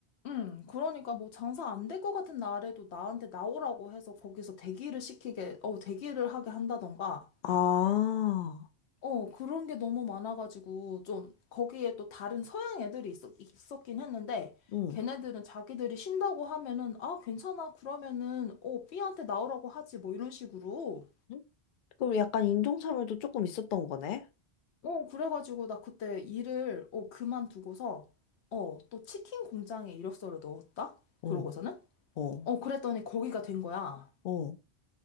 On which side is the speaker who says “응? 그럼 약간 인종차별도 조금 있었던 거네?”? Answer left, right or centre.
Left